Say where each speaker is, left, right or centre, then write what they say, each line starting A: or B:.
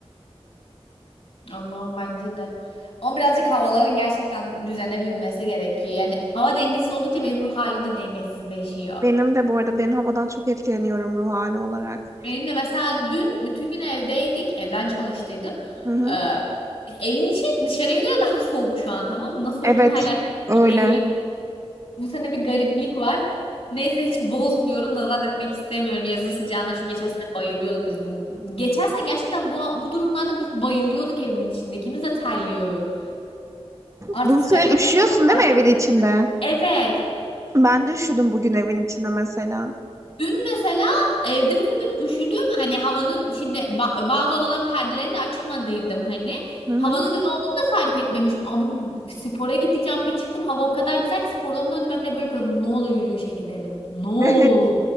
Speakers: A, on the left; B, on the right.
A: Allah'ım bence de. Ama birazcık havaların gerçekten düzene binmesi gerekiyor. Yani hava dengesi oldukça benim ruh halim de dengesizleşiyor.
B: Benim de bu arada ben havadan çok etkileniyorum ruh hali olarak.
A: Benim de mesela dün bütün gün evdeydik. Evden çalıştıydım.
B: Hı hı.
A: Ee, evin içi dışarıya göre daha soğuk şu an tamam mı? Nasıl
B: Evet
A: olduğunu hala çözmüş
B: öyle.
A: değilim. Bu sene bir gariplik var. Neyse hiç bozmuyorum. Nazar etmek istemiyorum yazın sıcağına. Çünkü geçen sene bayılıyorduk biz bu. Geçen sene gerçekten bu, bu durumlarda biz bayılıyorduk evin içinde. İkimiz de terliyorduk. Artık
B: Bu
A: sıcaklamaya
B: sene üşüyorsun
A: falan
B: değil
A: baş.
B: mi evin içinde?
A: Evet.
B: Ben de üşüdüm bugün evin içinde mesela.
A: Dün mesela evde bütün gün üşüdüm. Hani havanın şimdi ba- bazı odaların perdelerini de açmadıydım hani.
B: Hı hı.
A: Havanın güzel olduğunu da fark etmemişim. Abi spora gideceğim bir çıktım. Hava o kadar güzel ki spordan döndüm. Emre böyle yapıyorum. Ne olur yürüyüşe gidelim. Ne olur.
B: <laughs> Hı